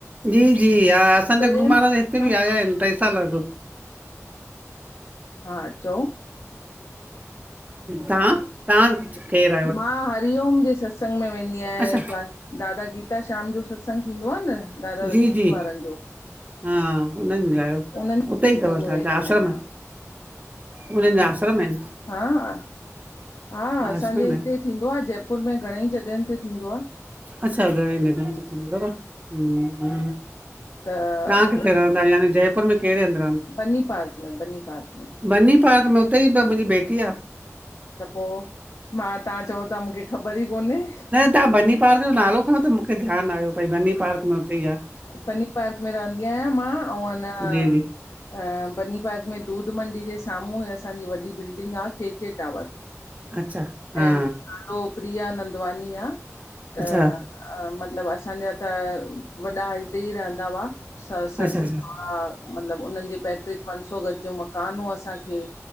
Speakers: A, on the right (about 30°); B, on the left (about 70°).
A: जी- जी, हा, असांजा
B: प्रेम
A: गुरू महाराज हिते
B: प्रेम
A: बि आया आहिनि, टे साल अॻ।
B: हा, चओ।
A: तहां। तहां च् केर?
B: मां हरिओम जे सत्संग में वेंदी आहियां।
A: अच्छा
B: दादा गीता श्याम जो सत्संग थींदो आह न, दादा
A: जी
B: लक्ष्मी
A: जी
B: वारनि जो।
A: हा हुननि लाइयो
B: उन्हनि सत्संग
A: उते ई अथव,
B: में
A: तव्हांजा
B: वेंदी
A: आश्रम।
B: आहियां
A: उन्हनि जा आश्रम आहिनि?
B: हां, हां,
A: हा,
B: असांजे
A: आश्रम
B: हिते
A: आहिनि
B: थींदो आह, जयपुर में घणेई जॻहियुनि ते थींदो आह।
A: अच्छा, घणंई जॻहिंनि ते थींदो तव। हुं
B: त
A: तहां किथे
B: उन-
A: रहो? घर यानी जयपर में कहिड़े हंदि?
B: बनी पार्क में, बनी पार्क में।
A: बनी पार्क में, उते ई मुंहिंजी बेटी आह।
B: त पो, मां तव्हां चओ था मूंखे ख़बर ई कोन्हे।
A: तहां बनी पार्क जो नालो खयों, त मुखे ध्यानु आयो। भई बनी पार्क में हुते ई आह।
B: बनी पार्क में रहंदी आहियां मां ओं अ न
A: जी जी
B: अ बनी पार्क में दूध मंडी जे साम्हूं ई असांजी वॾी बिल्डिंग आह केके टावर।
A: अच्छा हा
B: ऐं मुं जो प्रिया नंदवानी आहे त
A: अच्छा
B: अ मतिलबु असांजा त, वॾा हित उते ई रहंदा हुआ, सस ससु
A: अच्छा अच्छा
B: <unintelligible> मतिलबु उन्हनि जे पैतृक पंन सौ गज जो मकान हो असांखे।